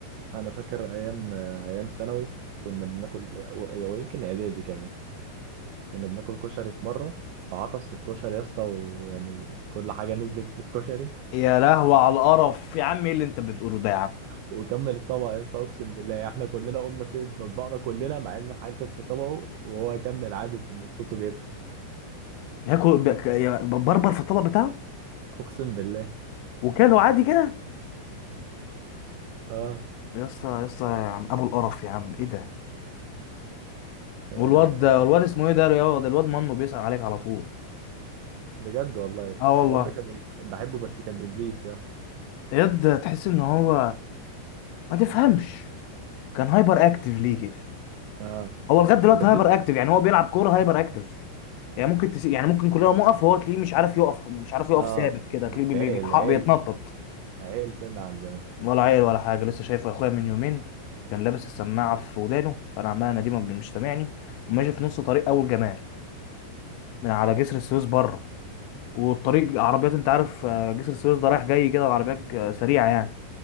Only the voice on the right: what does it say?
انا فاكر ايام ايام ثانوي كنا بناكل و- ويمكن اعدادي كمان كنا بناكل كشري في مره فعطس في الكشري يا اسطى ويعني كل حاجه نزلت في الكشري
وكمل الطبق يا اسطى اقسم بالله احنا كلنا قمنا سيد مطبقنا كلنا مع ان الحاجه كانت في طبقه وهو كمل عادي وكان مبسوط وبيضحك
اقسم بالله
اه,
آه.
بجد والله
بس
الواد ده كان كان بحبه بس كان ابليس يا
اه
الواد
ده
اه
بس
عقل
عقل
عقل سنة عن زمان